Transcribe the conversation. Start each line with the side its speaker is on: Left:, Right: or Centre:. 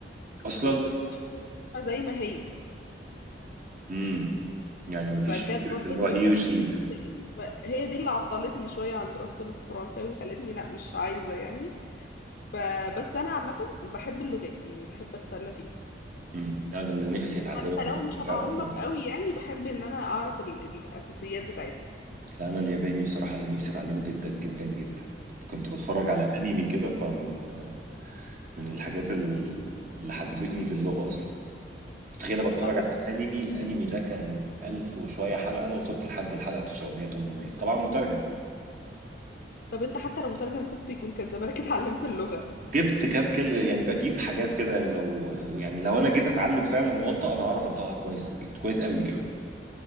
Right: اصلا
Left: كنت بتحفظ الكلمة زي ما هي
Right: امم يعني ما فيش
Left: فكانت
Right: فكرة
Left: برضو
Right: اللي
Left: من
Right: هو هي
Left: الحاجات
Right: وشي
Left: اللي كانت
Right: كده
Left: مضايقاني فهي دي اللي عطلتني شوية عن دراسة الفرنساوي وخلتني لا مش عايزة يعني فبس انا عامه بحب اللغات يعني بحب اتسلى فيها
Right: امم يعني اللي نفسي اتعلمها
Left: حتى
Right: بجد
Left: لو مش هتعمق
Right: فعلا يعني
Left: قوي يعني بحب ان انا اعرف ال... الاساسيات بتاعتها
Right: لا انا الياباني بصراحه اللي نفسي اتعلمه جدا جدا جدا كنت بتفرج
Left: اه
Right: على انمي كده فمن من الحاجات اللي, اللي حببتني في اللغه اصلا تخيل بتفرج
Left: طب
Right: على انمي الانمي ده كان 1000 وشويه حلقه انا وصلت لحد الحلقه 900 800 طبعا مترجم
Left: طب انت حتى لو مترجم المفروض يكون كان زمانك <laughs> اتعلمت اللغه
Right: جبت كام كلمه يعني بجيب حاجات كده يعني لو يعني لو انا جيت اتعلم فعلا وانطق انا هعرف انطقها كويس كويس قوي كمان